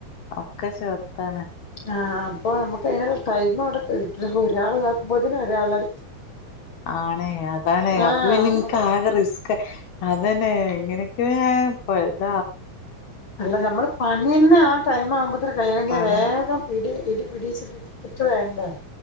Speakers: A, on the left (about 75°); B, on the left (about 30°).
A: ഒക്കെ ചെർതാണ്
B: ആഹ് അപ്പൊ നമുക്ക് അതിനുള്ള ടൈം അവിടെ കിട്ട ഒരാൾ കോക്കുമ്പോന് ഒരാൾ അട
A: ആണേ അതാണേ
B: ആഹ്
A: അപ്പൊ പിന്നെ നിനക്ക് ആകെ റിസ് അതന്നെ എങ്ങനെയൊക്കെയ ഞാൻ പഴുത
B: അല്ല നമ്മള് പണി തന്നെ ആ ടൈം ആവുമ്പോത് കഴിയണെങ്കിൽ
A: പണി
B: വേഗം പിടി ഇടി പിടിച്ചിട്ട് കിട്ട വേണ്ടേ